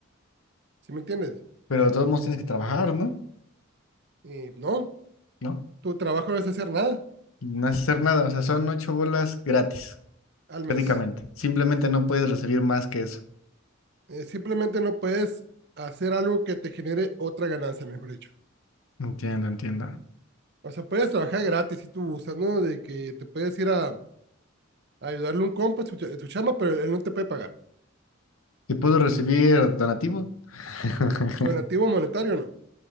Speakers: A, on the right; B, on the left.
A: ¿sí me entiendes?
B: Pero de todos modos tienes que trabajar, ¿no?
A: Y no,
B: No,
A: tu trabajo no es hacer nada
B: no hacer nada, o sea, son ocho bolas gratis,
A: al
B: prácticamente.
A: mes.
B: Simplemente no puedes recibir más que eso.
A: Eh, simplemente no puedes hacer algo que te genere otra ganancia, mejor dicho.
B: Entiendo, entiendo.
A: O sea, puedes trabajar gratis si tú gustas, ¿no? De que te puedes ir a, a ayudarle a un compa en su, cha- en su chamba, pero él no te puede pagar.
B: ¿Y puedo recibir donativo? <laughs>
A: Donativo monetario, no.